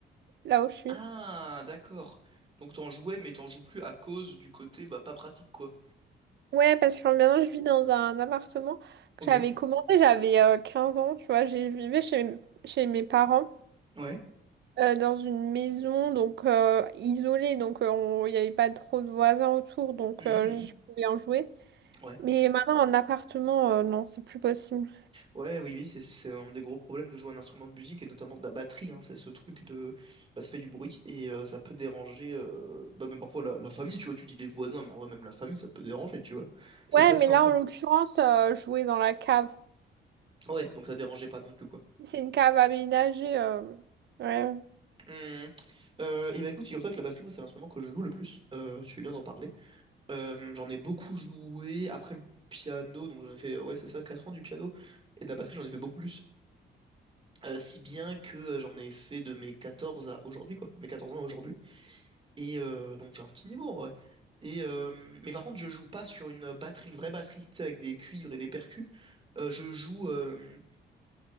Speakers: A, on the right; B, on the right.
A: là où je suis.
B: Ah, d'accord. Donc t'en jouais, mais t'en joues plus à cause du côté bah pas pratique quoi.
A: Ouais, parce que maintenant je vis dans un appartement que
B: Ok.
A: j'avais commencé, j'avais euh, 15 ans, tu vois, j'ai- je vivais chez, chez mes parents
B: Ouais.
A: euh, dans une maison donc euh, isolée, donc euh, on- il n'y avait pas trop de voisins autour, donc
B: Mhm,
A: euh,
B: mhm.
A: je pouvais en jouer.
B: Ouais.
A: Mais maintenant en appartement, euh, non, c'est plus possible.
B: Ouais, oui, oui, c'est c'est un des gros problèmes de jouer un instrument de musique et notamment de la batterie. hein. C'est ce truc de, bah ça fait du bruit et euh, ça peut déranger, euh, bah même parfois la, la famille, tu vois. Tu dis les voisins, mais en vrai même la famille, ça peut déranger, tu vois. Ça
A: Ouais,
B: peut être
A: mais
B: un
A: là
B: frein.
A: en l'occurrence, euh, jouer dans la cave.
B: Ouais, donc ça dérangeait pas non plus quoi.
A: C'est une cave aménagée. euh, Ouais.
B: Hum. Euh, et bah écoute, figure-toi que la batterie, moi, c'est l'instrument que je joue le plus. Euh, tu fais bien d'en parler. Euh, j'en ai beaucoup joué après le piano, donc j'en ai fait, ouais, c'est ça, 4 ans du piano. Et de la batterie, j'en ai fait beaucoup plus. Euh, si bien que euh, j'en ai fait de mes 14 à aujourd'hui, quoi. Mes 14 ans à aujourd'hui. Et euh, donc j'ai un petit niveau en vrai. Et, euh, mais par contre, je joue pas sur une batterie, une vraie batterie, tu sais, avec des cuivres et des percus. Euh, je joue euh,